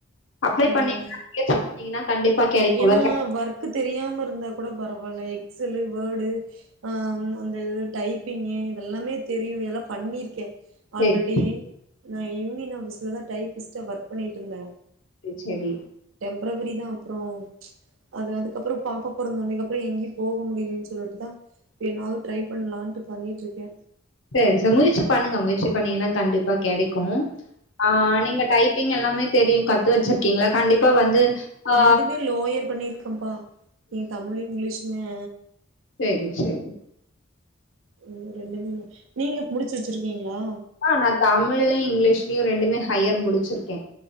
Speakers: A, on the left (about 70°); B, on the right (about 80°).
A: அப்ளே
B: அதான்
A: பண்ணீங்கன்னா முயற்சி பண்ணீங்கன்னா கண்டிப்பா கெடைக்குல்ல
B: ஏன்னா
A: கெடைக்கு
B: ஒர்க் தெரியாம இருந்தா கூட பரவால்ல எக்ஸெலு வெர்டு ஆ அந்த இது டைப்பிங்கு இதெல்லாமே தெரியு இதெல்லா பண்ணிருக்கே ஆல்ரெடி
A: சேரி
B: நா யூனியன் ஆபீஸ்லா தா டைப்பிஸ்ட்டா ஒர்க் பண்ணிட்டு இருந்தே
A: ம் செரி
B: டெம்ப்ரவரி தா அப்றோ அது அதுக்கப்றோ பாப்பா பொறந்தொன்னைக்கு அப்றோ எங்கயு போக முடியலன்னு சொல்லீட்டுதா என்னாவது ட்ரை பண்ணலான்ட்டு பண்ணீட்டுருக்கே
A: செரி சா முயற்சி பண்ணுங்க முயற்சி பண்ணீங்கன்னா கண்டிப்பா கெடைக்கு ஆ நீங்க டைப்பிங் எல்லாமே தெரியு கத்து வச்சிருக்கீங்கள்ள கண்டிப்பா வந்து ஆ
B: ரெண்டுமே லோயர் பண்ணிருக்கேப்பா இ தமிழ் இங்கிலீஷுமே
A: செரி செரி
B: ம் ரெண்டுமே முடிச்சி நீங்க முடிச்சி வச்சிருக்கீங்களா
A: ஆ நா தமிழ்லயு இங்கிலீஷ்லயு ரெண்டுமே ஹையர் முடிச்சிருக்கே